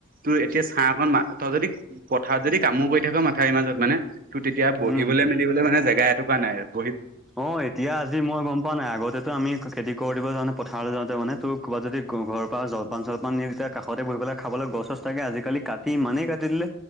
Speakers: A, on the right; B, in the centre.
A: তোৰ এতিয়া ছাঁ অকন তই যদি পথাৰত যদি কামো কৰি থাক মাথাউৰি মাজত মানে, ত তেতিয়া বহিবলৈ
B: উম।
A: মেলিবলৈ মানে জেগা এটুকা নাই আৰু।
B: অ, এতিয়া আজি মই গম পোৱা নাই আগতেতো আমি খেতি কৰি দিব যাওঁতে নে পথাৰলৈ যাওঁতে মানে তো- ক'ৰবাত যদি ঘৰ পৰা জলপান চলপান পান নিদিছে, তেতিয়া কাষতে বহি পেলাই খাবলৈ গছ চছ থাকে। আজিকালি কাটি ইমানেই কাটি দিলে